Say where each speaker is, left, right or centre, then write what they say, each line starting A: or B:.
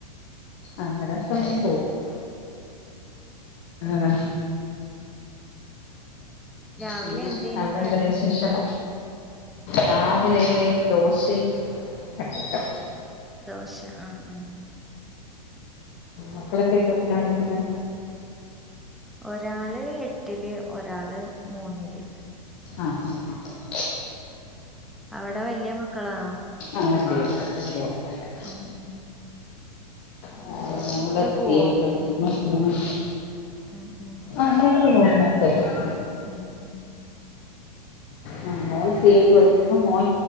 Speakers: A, on the left (about 45°); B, in the centre.
A: അങ്ങന സമയം പോകും. മം
B: രാവിലെ
A: പിന്നെ
B: എന്തേനു
A: അവിടെന്തര
B: കടി
A: വിശേഷം. രാവിലെ ദോശയും കടലകറിയും.
B: ദോശ ആ ആഹ്.
A: മക്കളൊക്കെ എന്തൊത്തിനെ പഠിക്കുന്നെ.
B: ഒരാള് എട്ടില് ഒരാള് മൂന്നില്.
A: ആഹ് ആഹ് ആഹ
B: അവിടെ വലിയ മക്കളാണോ.
A: ആഹ് വല്യ <unintelligible>
B: ആഹ് ഉം.
A: മോള്
B: പോവോ
A: സി എ ക്ക് പടിക്കുന്നു. പിന്നെ
B: ഉം ഉം.
A: ആ നേരത്തെ പോവും. നേരത്തെ പോവും.
B: ആഹ് ഉം.
A: ആ മോള് സി എക്ക് പഠിക്കുന്നു മോൻ